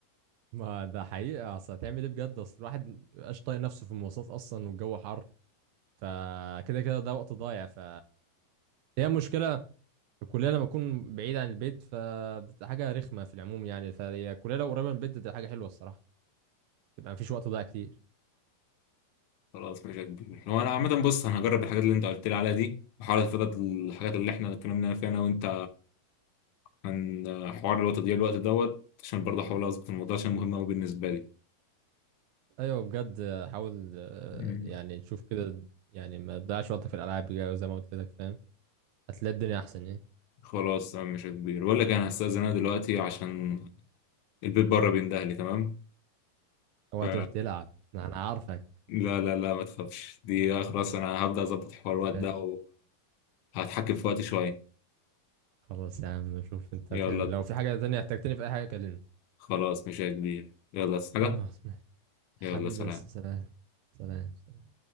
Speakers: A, on the right; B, on the left.
A: ما ده حقيقة اصل هتعمل ايه بجد اصل الواحد مبقاش طايق نفسه في المواصلات اصلا والجو حر فكده كده ده وقت ضايع ف هي مشكلة الكلية لما أكون بعيد عن البيت فبتبقى حاجة رخمة في العموم يعني فهي الكلية لو قريبة من البيت بتبقى حاجة حلوة الصراحة تبقى مفيش وقت ضايع كتير
B: خلاص ماشي يا كبير هو انا عامة بص انا هجرب الحاجات اللي انت قلت لي عليها دي وحاول اتفادى الحاجات اللي احنا اتكلمنا فيها انا وانت عن حوار الوقت دي الوقت دوت عشان برضه احاول اظبط الموضوع عشان مهم قوي بالنسبة
A: أيوة بجد آه، حاول آه،
B: لي
A: يعني تشوف كده يعني ما تضيعش وقتك في الألعاب بجد زي ما قلت لك فاهم هتلاقي الدنيا أحسن إيه
B: خلاص تمام مش كبير بقول لك انا هستأذن انا دلوقتي عشان البيت بره بيندهلي تمام
A: أو
B: ف
A: هتروح تلعب أنا أنا عارفك
B: لا لا لا ما تخافش دي خلاص انا هبدأ اظبط حوار الوقت ده
A: ماشي
B: وهتحكم في وقتي شوية
A: خلاص يا عم شوف أنت
B: يلا
A: هتعمل لو في حاجة تانية احتجتني في أي حاجة كلمني
B: خلاص مش كبير يلا عايز حاجة
A: خلاص ماشي. حبيبي
B: يلا سلام
A: يا أسطى، سلام سلام